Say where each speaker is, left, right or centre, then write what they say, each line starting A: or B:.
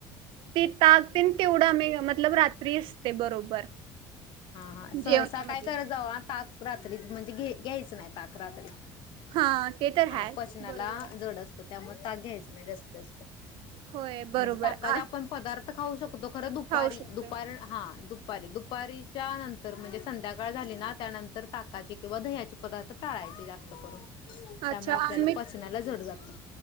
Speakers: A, on the right; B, on the left.
A: ते ताकतेन तेवढा आमी मतलब रात्री असते बरोबर.
B: हां-हां सहसा
A: जेवण्यामध्ये
B: काय करत जावा ताक रात्रीच म्हणजे घे घ्यायचं नाही ताक रात्री.
A: हां ते तर
B: हा
A: हाय,
B: पचनाला
A: बरोबर आय.
B: जड असतं त्यामुळे ताक घ्यायचा नाही जास्ती जास्त.
A: होय बरोबर
B: म्हणजे टका ज
A: आ
B: आपण पदार्थ त खाऊ शकतो. खरं दुपारी
A: खाऊ शकतोय
B: दुपारण् हां दुप दुपारी, दुपारी त्यानंतर म्हणजे संध्याकाळ झाली ना, त्यानंतर ताकाचे किंवा दह्याचे पदार्थ टाळायचे जास्त करून.
A: अच्छा
B: त्यामुळे आपल्याला
A: आम्ही,
B: पचनाला जड जातं.